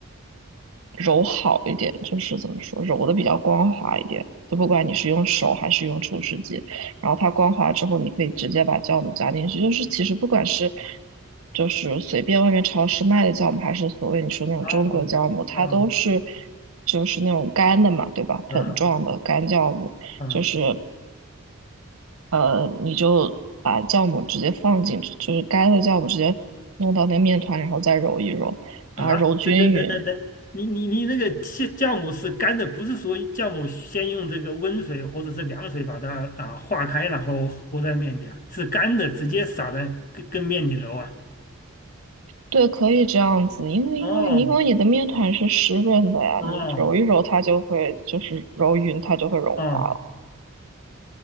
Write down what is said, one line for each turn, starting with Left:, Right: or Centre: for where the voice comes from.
Right: 揉好一点，就是怎么说，揉的比较光滑一点。就不管你是用手还是用厨师机，然后它光滑之后，你可以直接把酵母加进去。就是其实不管是就是随便外面超市卖的酵母，还是所谓你说那种中国酵母，
Left: 啊啊
Right: 它都是就是那种干的嘛，对吧？
Left: 啊
Right: 粉状的干酵母，
Left: 啊
Right: 就是呃，你就把酵母直接放进去，就是干的酵母直接弄到那个面团，然后再揉一揉，
Left: 啊！
Right: 把它揉均匀，
Left: 等等等等等，你你你那个酵酵母是干的，不是说酵母先用这个温水或者是凉水把它啊化开，然后和在面里啊，是干的，直接撒在跟跟面里揉啊。
Right: 对，可以这样子，因为因为因为你的面团是湿润的呀，
Left: 哦哦
Right: 你揉一揉它就会就是揉匀，它就会融化了。
Left: 哦，